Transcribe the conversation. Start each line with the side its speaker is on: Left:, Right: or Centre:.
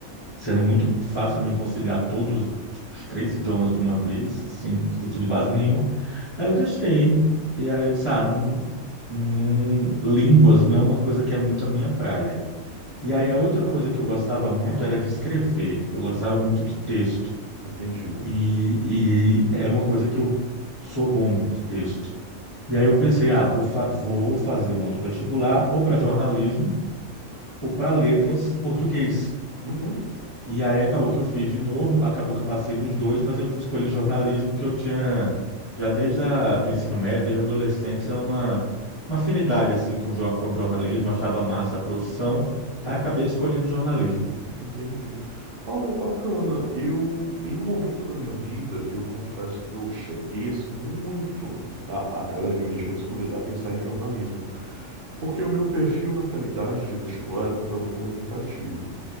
Left: sendo muito fácil para mim conciliar todos tipo, os três idiomas de uma vez, sem sentido de base nenhuma. Aí eu deixei. E aí, eu disse, ah, não, não, línguas não é uma coisa que é muito a minha praia. E aí, a outra coisa que eu gostava muito era de escrever. Eu gostava muito de texto.
Right: entendido.
Left: E, e era uma coisa que eu sou bom de texto. E aí eu pensei, ah, vou, fa- vou fazer um outro vestibular, ou para jornalismo, ou para letras português.
Right: Uhum,
Left: E aí acabou que eu fiz de novo, acabou que eu passei nos dois, mas eu escolhi jornalismo porque eu tinha, já desde a, do ensino médio, desde a adolescência, uma, uma afinidade assim com, jo- com jornalismo, achava massa a profissão, aí
Right: uhum.
Left: acabei escolhendo jornalismo.
Right: Entendi. Olha, bacana. Eu, em um momento da minha vida, eu confesso que eu cheguei assim muito a, a- a levemente a escolher, a pensar em jornalismo, porque o meu perfil naquela idade de vestibular era um tanto comunicativo,